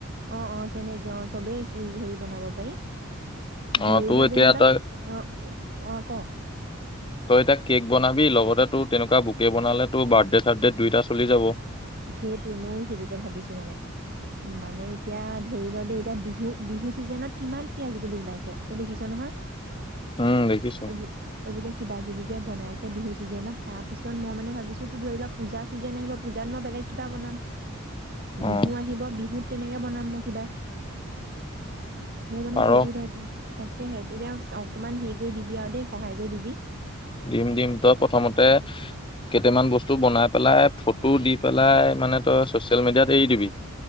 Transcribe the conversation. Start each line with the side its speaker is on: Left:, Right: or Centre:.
Right: অ' অ' তেনেকে অ', চবেই হেৰি বনাব পাৰি।
Left: অ',
Right: ধৰি
Left: তোৰ
Right: ল,
Left: এতিয়া
Right: যেনিবা,
Left: তই
Right: অ' অঁ, ক
Left: তই এতিয়া কেক বনাবি লগতে তোৰ তেনেকুৱা বুকে বনালে তোৰ বাৰ্থডে চাৰ্থডে দুইটা চলি যাব।
Right: সেইটোৱে মই সেইটোকে ভাবিছো মানে, মানে এতিয়া ধৰি ল দেই, এতিয়া বিহু, বিহু চিজনত কিমান কি আজিকালি ওলাইছে, তই দেখিছ নহয়?
Left: উম, দেখিছো
Right: এইবোৰ, এইবোৰ যে কিবা কিবি যে বনাই আছে। মানে বিহু চিজনত তাৰ পিছত মই মানে ভাবিছোঁ তো ধৰি লোৱা, পূজা চিজন আহিব পূজা জান মই বেলেগ কিবা বনাম।
Left: অ',
Right: বিহু আহিব বিহুত। তেনেকে বনাম মই কিবা। মোৰ মানে
Left: পাৰ
Right: সেইটোও তাকেহে, তেতিয়া অকমান হেৰি কৰি দিবি আৰু দেই, সহায় কৰি দিবি।
Left: দিম দিম, তই প্ৰথমতে কেইটামান বস্তু বনাই পেলাই, ফটো দি পেলাই, মানে তই চচিয়েল মিডিয়াত এৰি দিবি।